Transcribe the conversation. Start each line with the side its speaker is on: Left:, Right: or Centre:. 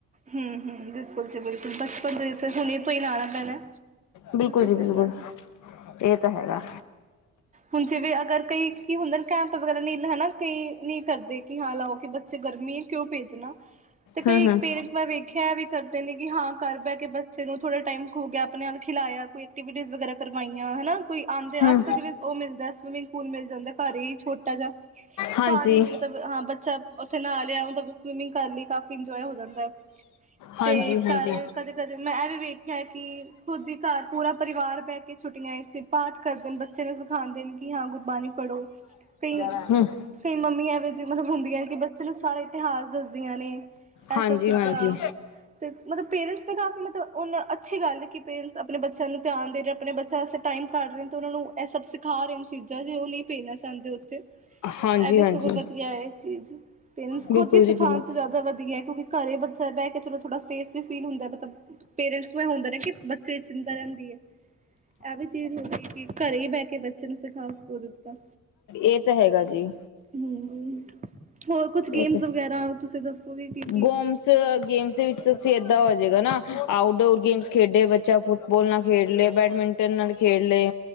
Right: ਹੂੰ ਹੂੰ ਬਿਲਕੁਲ ਜੀ ਬਿਲਕੁਲ ਬਚਪਨ ਤੋਂ ਹੀ ਹੁਣੇ ਤੋਂ ਹੀ ਲਾਉਣਾ ਪੈਣਾ
Left: ਬਿਲਕੁਲ ਜੀ
Right: ਸਹੀ
Left: ਬਿਲਕੁਲ
Right: ਗੱਲ ਹੈ
Left: ਏ ਤਾਂ ਹੈਗਾ
Right: ਹੁਣ ਜਿਵੇ ਅਗਰ ਕਈ ਕੀ ਹੁੰਦੇ ਨੇ ਕੈਂਪ ਵਗੈਰਾ ਨਹੀਂ ਹੈਨਾ, ਕਈ ਨੀ ਕਰਦੇ ਕਿ ਹਾਂ ਲਾਓ ਕਿ ਬੱਚੇ ਗਰਮੀ ਕਿਉਂ ਭੇਜਣਾ ਤੇ ਕਈ
Left: ਹਮ-ਹਮ
Right: ਪੇਰੈਂਟਸ ਮੈਂ ਵੇਖਿਆ ਵੀ ਕਰਦੇ ਨੇ ਕਿ ਹਾਂ ਕਰ ਬੈ ਕੇ ਬੱਚੇ ਨੂੰ ਥੋੜਾ ਟਾਈਮ ਖੋ ਗਿਆ ਅਪਣੇ ਅਲ ਖਿਲਾਯਾ ਕੋਈ ਐਕਟੀਵਿਟੀਸ ਵਗੈਰਾ ਕਰਵਾਈਆਂ ਹਨਾ ਕੋਈ ਆਂਦੇ
Left: ਹਮ
Right: ਅੱਜ-ਕੱਲ ਜਿਵੇਂ ਔ ਮਿਲਦੈ ਸਵਿਮਿੰਗ ਪੂਲ ਮਿਲ ਜਾਂਦੈ, ਘਰ ਹੀ ਛੋਟਾ ਜਾ
Left: ਹਾਂਜੀ
Right: ਪਾਣੀ ਮਤਲਬ ਹਾਂ ਬੱਚਾ ਔਥੇ ਨਾਅ ਲਿਆ ਔਂਦਾ ਬ ਸਵੀਮਿੰਗ ਕਰ ਲੀ, ਕਾਫ਼ੀ ਇੰਜੋਏ ਹੋ ਜਾਂਦਾ
Left: ਹਾਂਜੀ
Right: ਤੇ
Left: ਹਾਂਜੀ
Right: ਘਰ ਕਦੇ ਕਦੇ ਮੈਂ ਐ ਵੀ ਵੇਖਿਆ ਕਿ ਖੁੱਦ ਹੀ ਘਰ ਪੂਰਾ ਪਰਿਵਾਰ ਬਹਿ ਕੇ ਛੁੱਟੀਆਂ ਵਿੱਚ ਪਾਠ ਕਰਦੇ ਬਚ ਬੱਚੇ ਨੂੰ ਸਿਖਾਂਦੇ ਨੇ ਕਿ ਹਾਂ ਗੁਰਬਾਣੀ ਪੜ੍ਹੋ ਕਈ
Left: ਹਮ
Right: ਫੇਰ ਮੰਮੀ ਐਵੇਂ ਜੀ ਮਤਲਬ ਹੁੰਦੀਆਂ ਏ ਕਿ ਬੱਚੇ ਨੂੰ ਸਾਰਾ ਇਤਿਹਾਸ ਦੱਸਦੀਆਂ ਨੇ ਐ
Left: ਹਾਂਜੀ
Right: ਸਭ ਚੀਜ਼ਾਂ
Left: ਹਾਂਜੀ
Right: ਤੇ ਮਤਲਬ ਪੇਰੈਂਟਸ ਵੀ ਕਾਫ਼ੀ ਮਤਲਬ ਹੁਣ ਅੱਛੀ ਗੱਲ ਏ ਕਿ ਪੇਰੈਂਟਸ ਅਪਣੇ ਬੱਚਿਆਂ ਨੂੰ ਧਿਆਨ ਦੇ ਰੇ ਆਪਣੇ ਬੱਚਿਆਂ ਵਾਸਤੇ ਟਾਈਮ ਕੱਢ ਰੇ ਨੇ ਤੇ ਓਨਾਂ ਨੂੰ ਸਿਖਾ ਰੇ ਨੇ ਚੀਜ਼ਾਂ ਜੇ ਔ ਨਹੀਂ ਭੇਜਣਾ ਚਾਂਦੇ ਓਥੇ।
Left: ਹਾਂਜੀ
Right: ਐ ਵੀ
Left: ਹਾਂਜੀ
Right: ਸਗੋਂ ਵਧੀਆ ਏ ਐ ਚੀਜ਼। ਪੇਰੈਂਟਸ ਖੁਦ
Left: ਬਿਲਕੁਲ
Right: ਈ ਸਿਖਾਣ
Left: ਜੀ ਬਿਲਕੁਲ
Right: ਤੋਂ ਜਿਆਦਾ ਵਧੀਐ ਕਿਉਂਕਿ ਘਰੇ ਬੱਚਾ ਬੈ ਕੇ ਚਲੋ ਥੋੜਾ ਸੇਫ ਵੀ ਫੀਲ ਹੁੰਦੈ ਮਤਬ ਪੇਰੈਂਟਸ ਨੂੰ ਐ ਹੁੰਦੈ ਨਾ ਕਿ ਬੱਚੇ ਚਿੰਤਾ ਰਹਿੰਦੀ ਏ, ਐ ਵੀ ਚੀਜ਼ ਹੁੰਦੀ ਕਿ ਘਰੇ ਹੀ ਬਹਿ ਕੇ ਬੱਚੇ ਨੂੰ ਸਿਖਾਉਣ ਸਕੂਲ ਦਿੱਤਾ
Left: ਏ ਤਾਂ ਹੈਗਾ ਜੀ
Right: ਹਮ ਹੋਰ ਕੁਛ ਗੇਮਸ
Left: ਏ ਤੇ
Right: ਵਗੈਰਾ ਤੁਸੀਂ ਦੱਸੋਗੇ ਕੀ ਕੀ
Left: ਗੋਮਸ ਗੇਮਸ ਦੇ ਵਿੱਚ ਤੁਸੀਂ ਏਦਾਂ ਹੋਜੇਗਾ ਨਾ ਆਊਟਡੋਰ ਗੇਮਸ ਖੇਡੇ ਬੱਚਾ ਫੁਟ ਬੋਲ ਨਾਲ ਖੇਡ ਲੇ, ਬੈਡਮਿੰਟਨ ਨਾਲ ਖੇਡ ਲੇ,